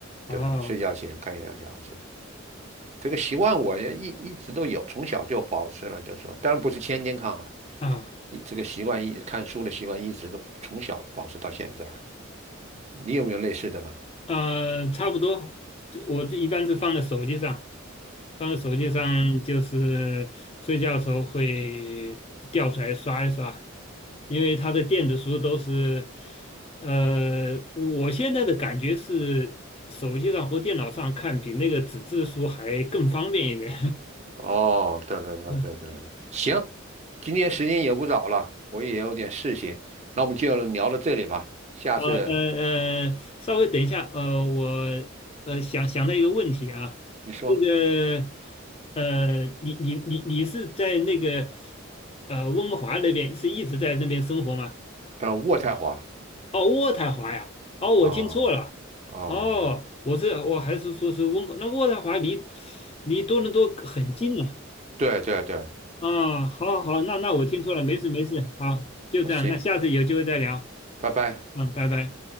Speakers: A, on the left; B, on the right.
A: 啊
B: 对，睡觉前看一两个小时。这个习惯我也一一直都有，从小就保持了，就是说，当然不是天天看啊，
A: 啊！
B: 一这个习惯一看书的习惯一直都从小保持到现在。你有没有类似的呢？
A: 呃，差不多，就我这一般是放在手机上，放在手机上就是睡觉的时候会调出来刷一刷，
B: 哦
A: 因为它的电子书都是，呃，我现在的感觉是手机上或电脑上看比那个纸质书还更方便一点。
B: 哦，对对对对对，
A: <laughs>
B: 行，今天时间也不早了，我也有点事情，那我们就聊到这里吧。下次
A: 好，呃呃，稍微等一下，呃，我呃想想到一个问题啊，
B: 你说，
A: 这个呃，你你你你是在那个呃温哥华那边是一直在那边生活吗？
B: 呃，渥太华，
A: 哦，渥太华呀，哦，我听错了，
B: 哦哦，
A: 哦，我是我还是说是温哥，那渥太华离离多伦多很近呢。
B: 对对对，
A: 啊，好好好，那那我听错了，没事没事，啊，就这样，
B: 好行，
A: 那下次有机会再聊，
B: 拜拜。
A: 嗯，拜拜。